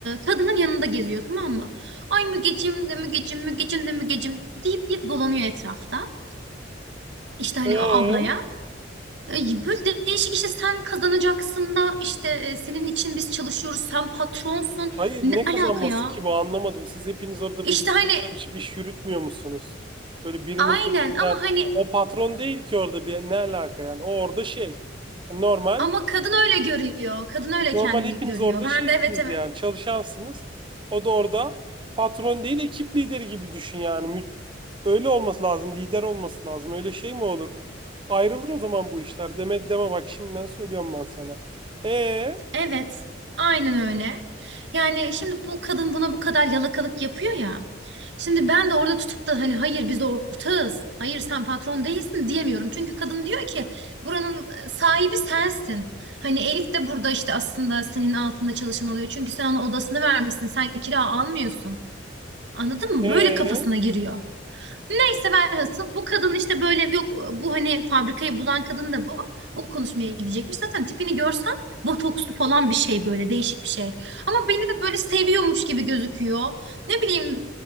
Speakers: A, on the right (about 65°); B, on the right (about 25°).
A: kadının yanında geziyor tamam mı? Ay Mügecim de Mügecim, Mügecim de Mügecim deyip deyip dolanıyor etrafta. İşte hani
B: E
A: o ablaya. Ay, Böyle de- değişik işte sen kazanacaksın da işte e, senin için biz çalışıyoruz sen patronsun.
B: hayır
A: Ne
B: ne kazanması
A: alaka ya?
B: ki bu anlamadım. Siz hepiniz orada
A: İşte
B: birlikte
A: hani
B: çalışıp iş yürütmüyor musunuz? Böyle birinin
A: aynen
B: peşinden
A: ama hani
B: o patron değil ki orada bir ne alaka yani o orada şey normal
A: ama kadın öyle görüyor. Kadın öyle
B: Normal
A: kendini
B: hepiniz
A: görüyor.
B: orada
A: Ben
B: şeysiniz
A: de evet evet,
B: yani çalışansınız. O da orada patron değil ekip lideri gibi düşün yani. Mü- Öyle olması lazım. Lider olması lazım. Öyle şey mi olur? Ayrılır o zaman bu işler. Deme deme bak şimdiden söylüyorum ben sana. E
A: Evet, aynen öyle. Yani şimdi bu kadın buna bu kadar yalakalık yapıyor ya. Şimdi ben de orada tutup da hani hayır biz ortağız, hayır sen patron değilsin diyemiyorum. Çünkü kadın diyor ki buranın e, sahibi sensin. Hani Elif de burada işte aslında senin altında çalışan oluyor. Çünkü sen ona odasını vermişsin, sen kira almıyorsun. Anladın mı?
B: e
A: Böyle kafasına giriyor. Neyse velhasıl bu kadın işte böyle yok bu hani fabrikayı bulan kadın da bu. O konuşmaya gidecekmiş. Zaten tipini görsen botokslu falan bir şey böyle değişik bir şey. Ama beni de böyle seviyormuş gibi gözüküyor. Ne bileyim